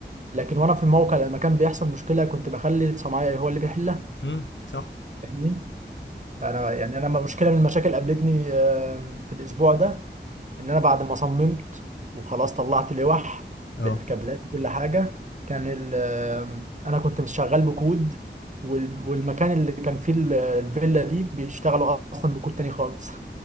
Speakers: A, on the right; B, on the left.
A: لكن وأنا في الموقع لما كان بيحصل مشكلة كنت بخلي الصنايعي هو اللي بيحلها
B: امم صح
A: فاهمني؟ فأنا يعني أنا لما مشكلة من المشاكل قابلتني آه، في الأسبوع ده ان انا بعد ما صممت وخلاص طلعت لوح
B: اه
A: بالكابلات وكل حاجه كان ال- انا كنت شغال بكود وال- والمكان اللي كان فيه ال- الفيلا دي بيشتغلوا اصلا بكود تاني خالص